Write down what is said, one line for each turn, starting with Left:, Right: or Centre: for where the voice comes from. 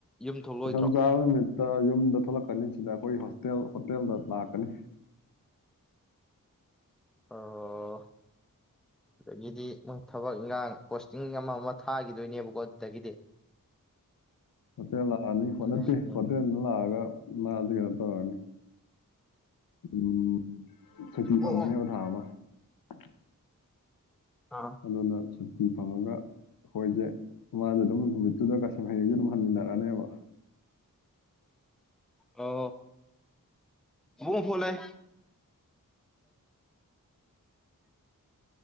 Centre: ꯌꯨꯝ ꯊꯣꯛꯂꯛꯑꯣꯏꯗ꯭ꯔꯣ
Left: ꯀꯩꯁꯝ ꯆꯥꯕ ꯅꯨꯃꯤꯠꯇ ꯌꯨꯝꯗ ꯊꯣꯛꯂꯛꯀꯅꯤ ꯁꯤꯗ ꯑꯩꯈꯣꯏ ꯍ ꯍꯣꯇꯦꯜ ꯍꯣꯇꯦꯜꯗ ꯂꯥꯛꯀꯅꯤ
Centre: ꯑꯣ ꯑꯗꯒꯤꯗꯤ ꯃꯣꯏ ꯊꯕꯛ ꯏꯈꯥꯡ ꯄꯣꯁꯇꯤꯡ ꯑꯃ ꯑꯃ ꯊꯥꯈꯤꯗꯣꯏꯅꯦꯕꯀꯣ ꯑꯗꯨꯗꯒꯤꯗꯤ
Left: ꯐꯠꯇꯦ ꯂꯥꯛꯑꯅꯤ ꯐꯗꯠꯇꯦ
Centre: ꯍꯌꯦꯡ
Left: ꯐꯠꯇꯅ ꯂꯥꯛꯑꯒ ꯃꯥ ꯑꯗꯨ ꯀ ꯇꯣꯏ ꯎꯝ ꯁꯨꯇꯤ ꯐꯪꯒꯅꯦꯕ
Centre: ꯑꯣ ꯑꯣ
Left: ꯊꯥ ꯑꯃ <unintelligible>
Centre: ꯑꯥ
Left: ꯍꯜꯂꯣꯅ ꯐꯤ ꯐꯪꯉꯒ ꯑꯩꯈꯣꯏꯁꯦ ꯃꯥꯁꯦ ꯑꯗꯨꯝ ꯅꯨꯃꯤꯠꯇꯨꯗ ꯀꯁꯪ ꯍꯌꯦꯡꯁ ꯑꯗꯨꯝ ꯍꯟꯃꯤꯟꯅꯔꯛꯅꯦꯕ
Centre: ꯑꯣ ꯃꯨꯡ ꯐꯣ ꯂꯩ